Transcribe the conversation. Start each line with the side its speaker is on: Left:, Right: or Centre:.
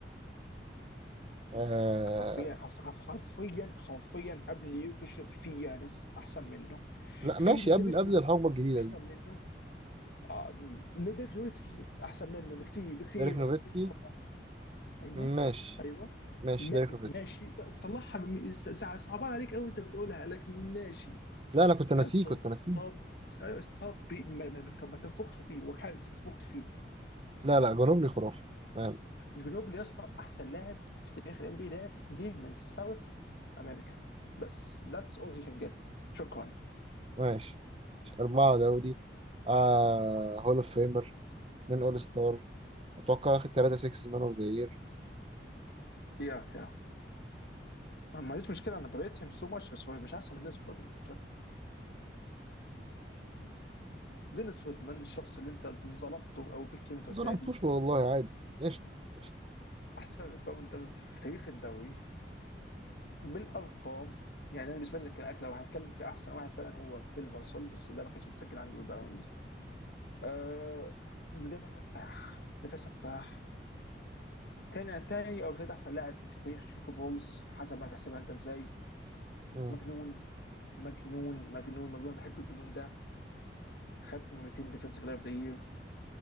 Right: آه
Left: حرفيا حرف- حرف- حرفيا حرفيا قبل يوكش في في يانس احسن منه
Right: لا
Left: في
Right: ماشي قبل
Left: ديريك
Right: قبل
Left: نويتسكي
Right: الحقبة الجديدة
Left: احسن
Right: دي
Left: منه آه، ديريك نويتسكي احسن منه بكتير بكتير
Right: ديريك نوفيتسكي
Left: يا اسطى مفيش مقارنه ايوه
Right: ماشي
Left: ايوه
Right: ماشي
Left: ما
Right: ديريك نوفيتسكي
Left: ماشي لا وطلعها من ساعة صعبان عليك قوي انت بتقولها لكن ماشي
Right: لا انا كنت ناسيه
Left: يا اسطى
Right: كنت
Left: يا اسطى
Right: ناسيه
Left: ستوب ايوه ستوب بي- ما, ما, ما تك- ما تنفخش فيه وحارس ما تنفخش فيه
Right: لا لا جنوبلي خرافي ما-
Left: جنوبلي يا اسطى احسن لاعب في تاريخ الام بي لاعب جه من ساوث امريكا بس ذاتس اول هي كان جيت شكرا
Right: ماشي أربعة دوري آه هول اوف فيمر اتنين اول ستار اتوقع واخد تلاتة سكس مان اوف ذا يير
Left: يا يا أنا ما عنديش مشكله انا بريت هيم سو ماتش بس هو مش احسن من دينيس فودمان مش اكتر دينيس فودمان الشخص اللي انت ظلمته او بالكلمه اللي أنت
Right: ظلمتوش
Left: قلتها دي
Right: والله عادي قشطة قشطة
Left: احسن ريباوندر في تاريخ الدوري بالارقام يعني انا بالنسبه لي ده كان اكله لو هنتكلم كاحسن واحد فعلا هو بيل راسل بس ده ما كانش متسجل عنده بالباونز آه مدافع سفاح مدافع سفاح كان تاني او ثالث احسن لاعب في تاريخ شيكاغو بولز حسب ما تحسبها انت ازاي
Right: مم.
Left: مجنون مجنون مجنون مجنون بحب الجنون ده خد 200 ديفنسيف لايف ذا يير